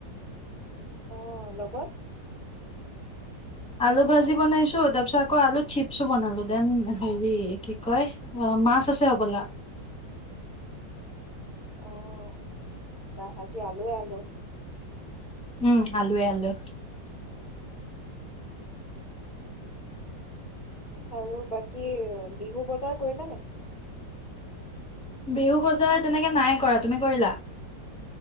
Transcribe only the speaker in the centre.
আলু ভাজি বনাইছো তাৰ পিছত আকৌ আলু চিপছো বনালো দেন হেৰি কি কয় মাছ আছে হ'বলা
উম আলুৱে আলু
বিহু বজাৰ তেনেকে নাই কৰা তুমি কৰিলা